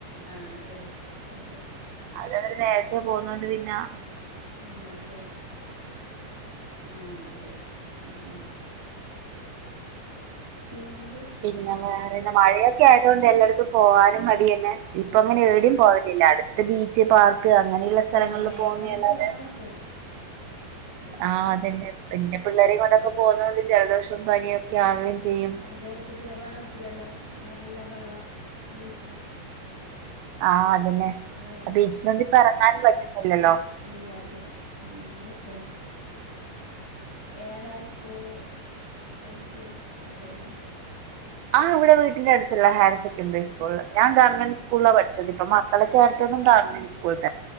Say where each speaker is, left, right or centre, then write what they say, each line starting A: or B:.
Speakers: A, on the right; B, on the right.
A: ആഹ് അതന്നെ അതെ
B: അത് അവര് നേരത്തെ പോവുന്നോണ്ട് പിന്ന
A: ഉം അതന്നെ ആഹ് അതെ അങ്ങനെ പിന്നെന്ത്
B: പിന്നെ
A: ആ
B: വേറെ മഴയൊ ക്കെ ആയ്തോണ്ട് എല്ലട്ത്തും പോവാനും മടിയെന്നെ. ഇപ്പൊ
A: ആ
B: അങ്ങനെ ഏടിം പോവലില്ല അടുത്ത് ബീച്ച്, പാർ ക്ക് അങ്ങനെയിള്ള സ്ഥലങ്ങൾല്
A: ആ മയക്കത്
B: പോവുന്നേല്ലാതെ
A: പോവാൻ പറ്റില്ല മയക്ക്
B: ആഹ് അതന്നെ
A: പറ്റില്ല.
B: പിന്നെ പിള്ളേരിം കൊണ്ടൊക്ക പോവുന്നോണ്ട് ജലദോഷം, പനിയൊക്കെ ആവേം ചെയ്യും.
A: ഇതേക്ക് പിന്നെ വള്ളത്തിലെല്ലാം നല്ല ബള്ളം ബയിച്ചുണ്ട്
B: ആഹ് അതന്നെ
A: നല്ലോണം
B: അ ബീച്ചിലൊന്ന് എറങ്ങാനും പറ്റൂന്നില്ലല്ലോ.
A: ഇല്ല അതെ അങ്ങനെ പറ്റില ഏടെ സ്കൂള് പഠിച്ചത് അവ്ടന്യ
B: ആ ഇവിടെ വീട്ട്ന്റെടുത്തുള്ള ഹയർ സെക്കൻഡറി സ്കൂള് ഞാൻ ഗവൺമെന്റ് സ്കൂ സ്കൂൾലാ പഠിച്ചത്പ്പൊ മക്കളെ ചേർത്തതും ഗവൺമെന്റ് സ്കൂളി തന്നെ